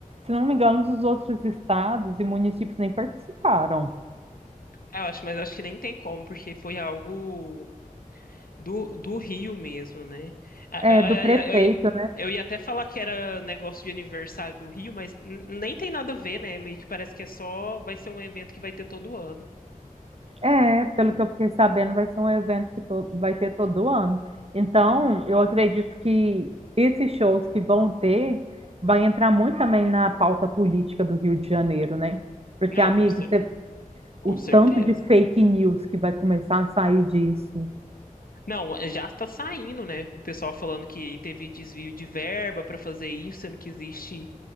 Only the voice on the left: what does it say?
Eu acho, mas acho que nem tem como, porque foi algo do, do Rio mesmo, né? A-
a-
a- Eu, ia- eu ia até falar que era negócio de aniversário do Rio, mas n- nem tem nada a ver, né? Meio que parece que é só, vai ser um evento que vai ter todo ano.
Não,
com cer-
com
certeza.
Não, é, já está saindo, né? O pessoal falando que teve desvio de verba para fazer isso, sendo que existe